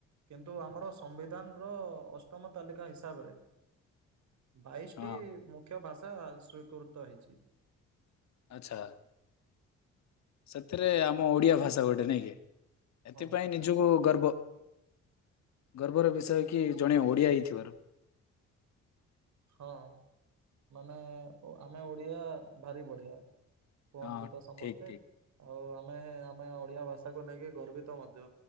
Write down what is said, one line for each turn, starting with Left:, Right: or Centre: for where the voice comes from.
Right: କିନ୍ତୁ ଆମର ସମ୍ବିଧାନର ଅଷ୍ଟମ ତାଲିକା ହିସାବରେ ବାଇଶି
Left: ହଁ
Right: ଟି ମୁଖ୍ୟ ଭାଷା ସ୍ଵୀକୃତ ହେଇଚି।
Left: ଆଚ୍ଛା। ସେଥିରେ ଆମ ଓଡିଆ ଭାଷା ଗୋଟେ ନାଇଁକି। ଏଥିପାଇଁ
Right: ହଁ ହଁ
Left: ଯୋଉ ଗର୍ବ ଗର୍ବର ବିଷୟ କି ଜଣେ ଓଡିଆ ହେଇଥିବାରୁ।
Right: ହଁ, ମାନେ ଆମେ ଓଡିଆ ଭାରି ବଢିଆ। କୁହନ୍ତି
Left: ହଁ
Right: ତ ସମସ୍ତେ।
Left: ଠିକ ଠିକ
Right: ଆଉ ଆମେ ଆମେ ଓଡିଆ ଭାଷାକୁ ନେଇକି ଗର୍ବିତ ମଧ୍ୟ୍ୟ।